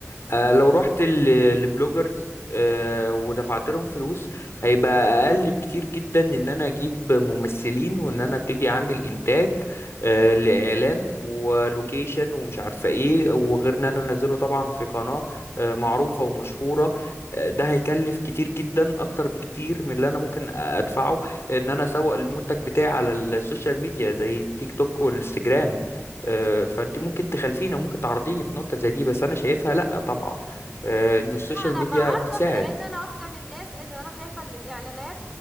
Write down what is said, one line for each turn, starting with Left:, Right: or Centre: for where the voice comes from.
Left: آه، لو رحت ل- لبلوجرز آه، ودفعت لهم فلوس هيبقى اقل بكتير جدا ان انا اجيب ممثلين وان انا ابتدي اعمل انتاج آه، لاعلان ولوكيشن ومش عارفه ايه وغير ان انا انزله طبعا في قناه آه، معروفه ومشهوره آه، ده هيكلف كتير جدا اكتر بكتير من اللي انا ممكن ادفعه ان انا اسوق المنتج بتاعي على السوشيال ميديا زي التيك توك والانستجرام آه، فانت ممكن تخالفيني وممكن تعرضيني في نقطة زي دي بس انا شايفها لا طبعا آه، انه السوشيال
Centre: لا انا
Left: ميديا
Centre: بعارضك
Left: بتساعد
Centre: لان انا واحده من الناس ان انا شايفه ان الاعلانات